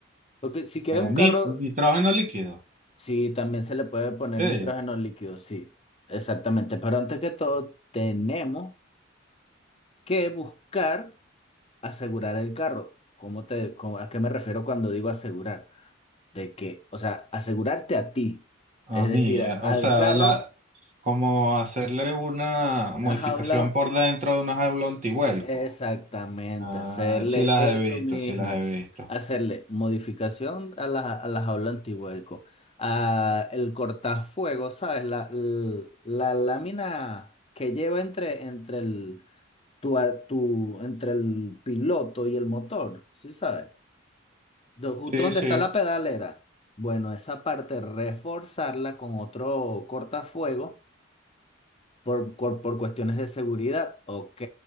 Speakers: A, on the left; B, on the right.
A: ok, si quieres
B: eh,
A: un
B: nit-
A: carro,
B: nitrógeno líquido.
A: sí, también se le puede poner
B: Sí,
A: nitrógeno líquido, sí, exactamente. Pero antes que todo, tenemos que buscar asegurar el carro. ¿Cómo te, cómo- a qué me refiero cuando digo asegurar? De que, o sea, asegurarte a ti,
B: a
A: es
B: mí,
A: decir,
B: eh,
A: al
B: o sea,
A: carro,
B: la, como hacerle una modificación
A: una jaula,
B: por dentro de una jaula antivuelco.
A: exactamente,
B: Ah,
A: hacerle
B: sí las
A: eso
B: he visto,
A: mismo,
B: sí las he visto.
A: hacerle modificación a la, a la jaula antivuelco, a el cortafuego, ¿sabes? La, l- la, lámina que lleva entre, entre el, tu, a- tu, entre el piloto y el motor, ¿sí sabes? Do- Justo
B: Sí,
A: donde
B: sí,
A: está la pedalera. Bueno, esa parte reforzarla con otro cortafuego por, por, por cuestiones de seguridad. Ok,